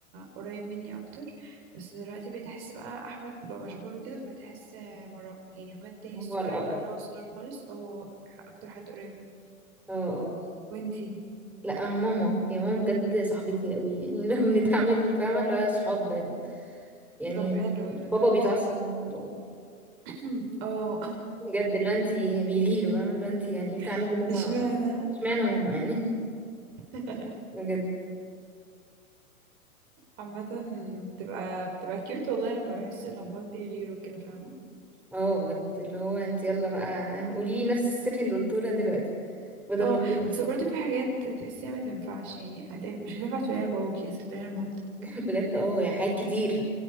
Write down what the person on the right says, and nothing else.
قريب مني اكتر بس دلوقتي بقيت احس بقى احمد بقى مشغول وكده فبقيت احس آه، مراه يعني اخويا التاني
الصغير
بقى اللي هو صغير خالص اه هو اكتر حد قريب مني
وانتي
طب حلو ده
<coughs> <clears throat> اه
<laughs>
اشمعنى
<laughs>
عامة بتبقى بتبقى كيوت والله لما بحس اللمبات بيغيروا كده فاهمة
اه
بس برضه في حاجات تحسيها ما تنفعش يعني هت- مش هتنفع تقوليها لباباك يا تقوليها لمامتك